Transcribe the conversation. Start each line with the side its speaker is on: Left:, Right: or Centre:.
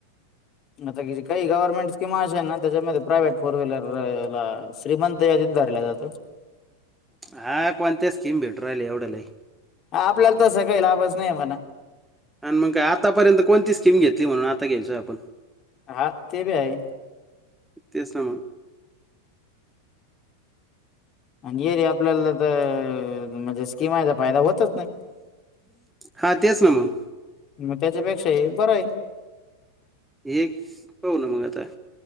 Left: आता काही गव्हर्नमेंट स्कीम अश आहे ना त्याच्यामध्ये प्रायव्हेट फोर व्हीलर लाला. श्रीमंत यादीत धरला जातो.
Centre: हा कोणत्या स्कीम भेटू राहिल एवढंलाही.
Left: आपल्याला तसं काही लाभच नाही म्हणा.
Centre: आणि मग का आतापर्यंत कोणती स्कीम घेतली म्हणून आता घ्यायचो आपण.
Left: हा ते बी आहे.
Centre: तेच मग.
Left: आणि ये रे आपल्याला तर म्हणजे स्कीिमायचा फायदा होतच नाही.
Centre: हा तेच ना मग.
Left: मग त्याच्यापेक्षा हे बरं आहे.
Centre: एक पाह ना मग आता.